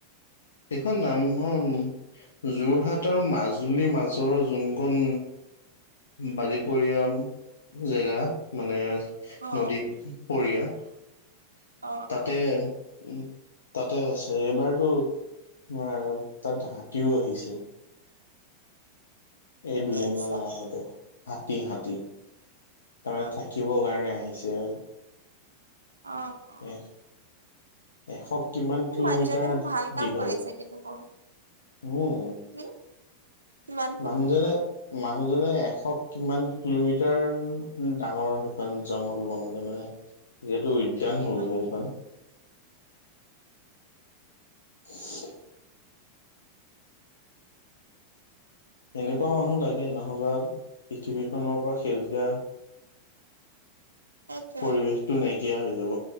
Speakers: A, on the left; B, on the right.
A: সেইখন নাম যোৰহাট আৰু মাজুলীৰ মাজৰৰ যোনখন বালিপৰীয়া জেগা মানে
B: অ
A: নদী পৰিয়া।
B: অ
A: তাতে <unintelligible> তাতে আছে এবাৰতো তোমাৰ তাত হাতীওঁ আহিছে। এই দুদিনমান
B: কি আহিছে
A: আগতে হাতী, হাতী। তাৰমানে
B: অ
A: থাকিব কাৰণে আহিছে। আৰু
B: অ অ
A: এক এশ। কিমান কিলোমিটাৰ
B: মানুহজনেও ভাল কাম
A: দীঘল
B: কৰিছে কিন্তু বহুত
A: উম
B: কি কিমানবোৰ
A: মানুহজনে মাক মানুহজনে এশ কিমান কিলোমিটাৰ ডাঙৰ, সেইখন জংঘল বনালে মানে যিহেতু উদ্যান
B: উম
A: হ'লগৈ সেইখন <unintelligible> এনেকুৱা মানুহ লাগে, নহবা পৃথিৱীখনৰ পৰা সেউজীয়া
B: সেইটোৱে
A: পৰিৱেশটো নাইকিয়া হৈ যাব।